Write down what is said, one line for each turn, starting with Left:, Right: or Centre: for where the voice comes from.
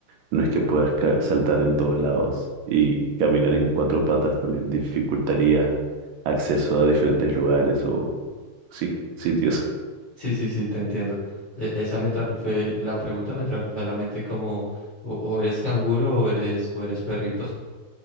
Right: no es que puedas ca- saltar en todos lados y caminar en cuatro patas también dificultaría acceso a diferentes lugares o, sí, sitios.
Left: Sí, sí, sí, te entiendo. E- esa me trajo fue, la pregunta me trajo fue a la mente como, o, o eres canguro o eres, o eres perrito